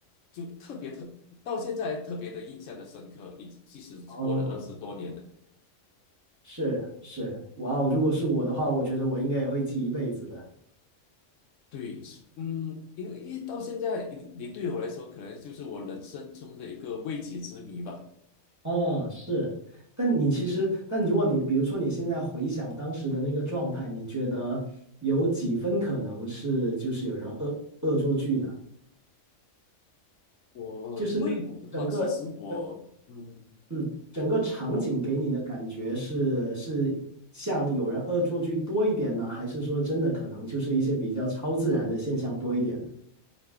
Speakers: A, on the left (about 70°); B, on the right (about 15°).
A: 就特别特，到现在特别的印象的深刻，已即使只过了二十多年了。
B: 哦，是是，哇哦，如果是我的话，我觉得我应该也会记一辈子的。
A: 对，嗯，因为一到现在，你你对我来说，可能就是我人生中的一个未解之谜吧。
B: 哦，是，但你其实，但如果你比如说你现在回想当时的那个状态，你觉得有几分可能是就是有人恶恶作剧呢？
A: 我，
B: 就是那整个的，
A: 你问我的话，其实我，嗯。
B: 嗯，整个场景给你的感觉是是像有人恶作剧多一点呢，
A: 我。
B: 还是说真的可能就是一些比较超自然的现象多一点呢？